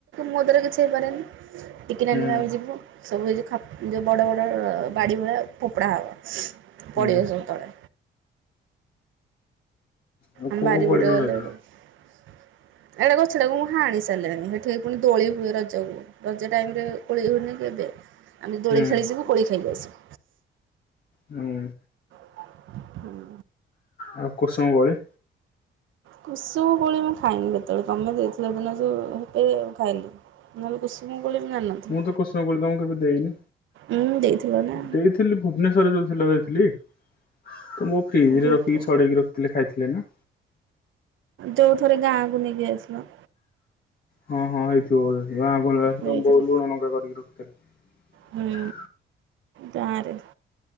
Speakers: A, on the right; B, on the left.
A: ମୋ ଦ୍ୱାରା ଯେତିକି -- ସେ ପାରେନ୍। ଟିକିନାନି
B: ହୁଁ।
A: ଆଉ ଆମେ ଯିବୁ। ସବୁ କିଛି ଖ ଯୋଉ ବଡ଼ ବଡ଼ ବାଡ଼ି ଫୋପଡ଼ା ହବ। ପଡ଼ିିବ
B: ହୁଁ
A: ସେ ତଳେ
B: ଆଉ
A: ଆମ
B: କୋଉ
A: ବାରି
B: କୋଳି
A: ପଟେ
B: ପାଇଁ
A: ଗଲେ
B: ଯାଉଥିଲ?
A: ଏଇଟା ଗଛ ଟାକୁ ମୁଁ ହାଣି ସାରିଲାଣି ସେଠିକ ପୁଣି ଦୋଳି ହୁଏ ରଜକୁ ରଜ ଟାଇମ ରେ ଗୋଳି ହୁଏନି ଏବେ ଆମେ ଦଳି
B: ହୁଁ
A: ଖେଳିଯୁ କୋଳି ଖାଇ ଆସୁ। <inaudible>
B: ହୁଁ।
A: ହୁଁ।
B: ଆଉ କୋଉସାଙ୍ଗ ଗଲେ
A: କୁସୁମ କୋଳି ମୁଁ ଖାଇନି। ଯେତେବେଳେ ତମେ ଦେଇଥିଲ ଦିନ ଯଉଁପେ ଖାଇଲି ନହେଲେ କୁସୁମ କୋଳି ଜାଣିନଥିଲି
B: ମୁଁ ତ କୁସୁମ କୋଳି କେବେ ଦେଇନି
A: ଉଁ ଦେଇଥିଲ ନା
B: ଦେଇଥିଲି ଭୁବନେଶ୍ଵରରେ ଯୋଉ ଥିଲ ଦେଇଥିଲି ତ ମୁଁ ଫ୍ରିଜରେ
A: ଭୋଗ
B: ରଖିକି ଛଡେଇକି ରଖି ଖାଇଥିଲେ। ଜାଣିନୁ?
A: ଯୋଉ ଥରେ ଗାଁକୁୁ ନେଇ ଯାଇଥିଲା।
B: ହଁ ହଁ ହେଇଥିବ ବହୁତ ଗାଁ ଗ ଆସ
A: ଦେଇଥିଲ
B: ତମ ବହୁତ ଲୁଣ ଲଙ୍କା କରିକି ରଖିଥିଲେ।
A: ହୁଁ ଗାଁରେ